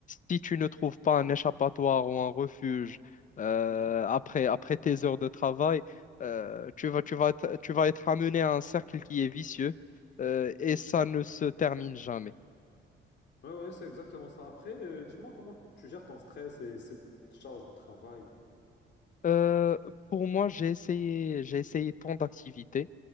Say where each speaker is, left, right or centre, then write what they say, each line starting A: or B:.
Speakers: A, on the left; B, on the left.
A: si tu ne trouves pas un échappatoire ou un refuge euh,
B: ouais.
A: après, après tes heures de travail, euh, tu vas, tu vas, être- tu vas être amené à un cercle qui est vicieux euh, et ça ne se termine jamais.
B: Ouais, ouais, c'est exactement ça. Après, euh, dis-moi comment tu gères ton stress et cette charge de travail.
A: Euh, pour moi, j'ai essayé, j'ai essayé tant d'activités,